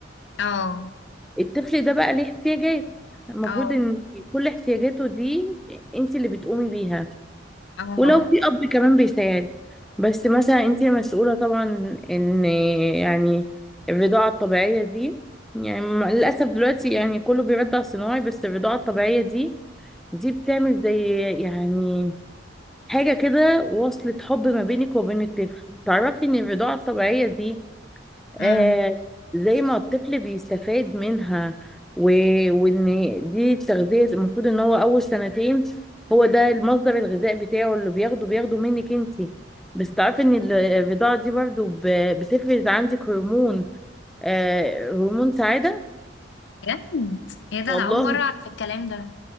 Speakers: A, on the left; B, in the centre.
A: اه
B: الطفل ده بقى ليه احتياجات المفروض
A: اه
B: ان كل احتياجاته دي انت اللي بتقومي بيها
A: اه
B: ولو في اب كمان بيساعد بس مثلا انت مسؤولة طبعا ان يعني الرضاعة الطبيعية دي يعني م- للأسف دلوقتي يعني كله بيرضع صناعي بس الرضاعة الطبيعية دي دي بتعمل زي يعني حاجة كده وصلة حب ما بينك وبين الطفل تعرفي ان الرضاعة الطبيعية دي
A: امم
B: آه زي ما الطفل بيستفاد منها و... وان دي التغذية المفروض ان هو اول سنتين هو ده المصدر الغذاء بتاعه اللي بياخده بياخده منك انتي بس تعرفي ان ال- الرضاعة دي برضو ب... بتفرز عندك هرمون آه هرمون سعادة
A: بجد ايه ده
B: والله
A: انا اول مره اعرف الكلام ده